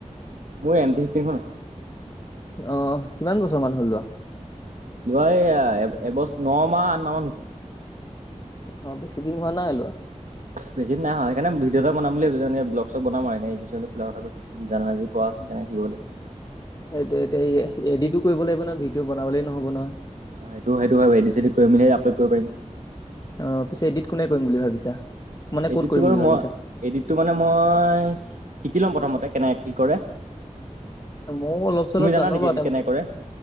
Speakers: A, on the right; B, on the left.
A: মই এনেধিিতিি শ ন
B: অ কিমান বছৰ মান হলোৱা
A: যোৱা এই এবছ ন মাহ আঠ মাহমান হৈছে
B: অ বেছি দিন হোৱা নাই লোৱা
A: বেছি নয় সকাৰণ ভি' এটা বাম বুলি ভাবিছনেে ব্ল চব বনাম আৰু সেইটোো কো কৈছিল তুমি জান য কৰাচোন কেনেকাকিব লাগে
B: সেইটো এতিয়া এডিিতো কৰিব লাগিব নহয় ভিডিঅ' বনাবলে নহ'ব নহয়
A: হয়েইটো সেইটো হয় এ চ কৰি মেলি আপলোড কৰিব পিম
B: অ পিছে এডিত কোনে কৰিম বুলি ভাবিছা মানে
A: এইটতটো
B: ক'ত কৰিম
A: বাৰু
B: বুলি
A: মই
B: ভাবিছা
A: এইটতটো মানে মই শিকি লম প্ৰথমতে কেনেকে কি কৰে
B: ময়ও অলপ চ
A: তুমি
B: অলপ
A: জানা
B: জানো
A: নেকি
B: বাৰু
A: এডিট
B: তে
A: কেনেকে কৰে?